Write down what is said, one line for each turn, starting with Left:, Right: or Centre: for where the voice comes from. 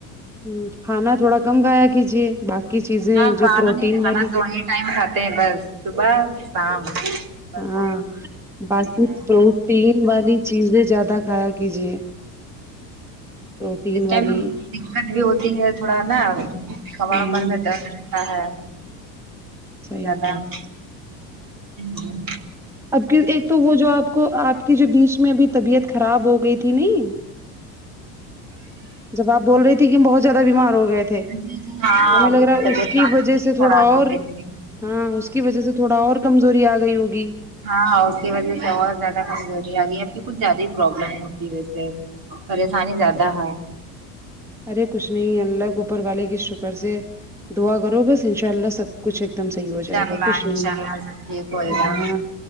Centre: ہوں کھانا تھوڑا کم کھایا کیجیے باقی چیزیں
Right: ہاں
Centre: جو
Right: کھانا
Centre: پروٹین
Right: نہیں کھانا
Centre: والی
Right: دو ہی ٹائم کھاتے ہیں بس صبح شام بس
Centre: ہاں باقی
Right: ہاں
Centre: تو ٹین والی چیزیں زیادہ کھایا کیجیے پروٹین
Right: اس
Centre: والی
Right: ٹائم دقت بھی ہوتی ہے تھوڑا نا کمر
Centre: ہاں
Right: ومر میں درد رہتا ہے
Centre: صحیح
Right: زیادہ
Centre: بات
Right: ہوں
Centre: ہے
Right: ہوں
Centre: اب کی ایک تو وہ جو آپ کو آپ کی جو بیچ میں بھی طبیعت خراب ہو گئی تھی نہیں جب آپ بول رہی تھی کہ ہم بہت زیادہ بیمار ہوگئے تھے
Right: جی جی ہاں
Centre: ہمیں لگ رہا ہے
Right: طبیعت
Centre: اس کی
Right: کافی
Centre: وجہ
Right: میری
Centre: سے تھوڑا
Right: خراب ہو
Centre: اور
Right: گئی تھی
Centre: ہاں اس کی وجہ سے تھوڑا اور کمزوری آ گئی ہوگی
Right: ہاں اس کی وجہ سے اور زیادہ کمزوری آگئی اب کی کچھ زیادہ ہی پرابلم ہوتی ہے ویسے پریشانی زیادہ ہے
Centre: ارے کچھ نہیں اللہ کو اوپر والے کی شکر سے دعا کرو بس ان شاءاللہ سب کچھ ایکدم صحیح
Right: انشاء
Centre: ہوجائے گا
Right: اللہ
Centre: کچھ نہیں
Right: انشاء اللہ سب ٹھیک ہوئے
Centre: ہاں
Right: گا